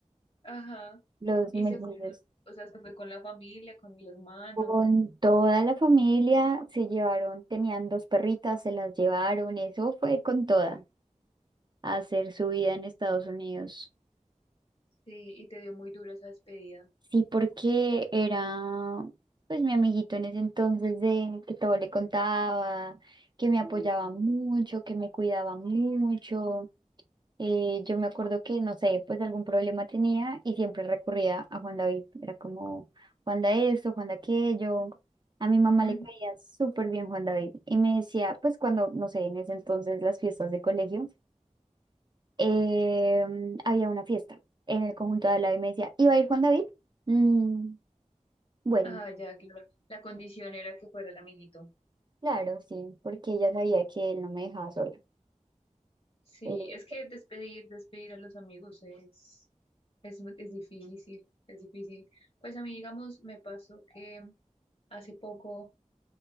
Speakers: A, on the left (about 50°); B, on the right (about 35°).
A: Ajá.
B: Los
A: Y
B: mellizos,
A: se fueron. O sea, se fue con la familia, con el hermano.
B: con toda la familia, se llevaron, tenían dos perritas, se las llevaron, eso fue con toda. a hacer su vida en Estados Unidos.
A: Sí, y te dio muy duro esa despedida.
B: Sí, porque era pues mi amiguito en ese entonces de que todo le contaba, que me apoyaba mucho, que me cuidaba mucho. Eh, yo me acuerdo que, no sé, pues algún problema tenía y siempre recurría a Juan David. Era como Juan da esto, Juan da aquello. A mi mamá
A: Ujú.
B: le caía súper bien Juan David y me decía, pues cuando, no sé, en ese entonces las fiestas de colegio. eh, había una fiesta en el conjunto de al lado y me decía, ¿iba a ir Juan David? "Mm, bueno,
A: Ah, ya, claro. La condición era que fuera el amiguito.
B: claro, sí, porque ella sabía que él no me dejaba sola.
A: Sí,
B: Eh,
A: es que despedir, despedir a los amigos es, es, es difícil, es difícil. Pues a mí, digamos, me pasó que hace poco